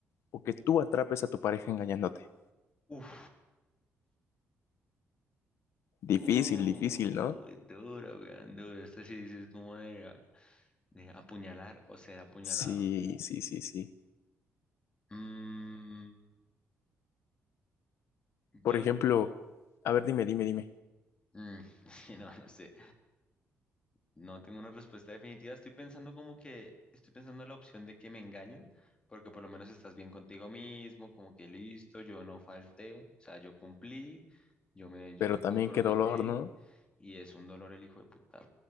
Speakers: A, on the left; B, on the left.
A: o que tú atrapes a tu pareja engañándote?
B: Uf,
A: Difícil,
B: uy,
A: difícil, ¿no?
B: duro, weón, duro. Esto sí, sí es como de. Eh, apuñalar o ser apuñalado.
A: Sí, sí, sí, sí.
B: Mm, yo,
A: Por ejemplo,
B: a
A: a ver, dime, dime, dime.
B: ver, mm, <laughs> sí, no, no sé. No tengo una respuesta definitiva. Estoy pensando como que, estoy pensando en la opción de que me engañen, porque por lo menos estás bien contigo mismo, como que listo, yo no falté, o sea, yo cumplí, yo me, yo
A: Pero
B: me
A: también
B: comprometí
A: qué dolor, ¿no?
B: y es un dolor el hijo de puta.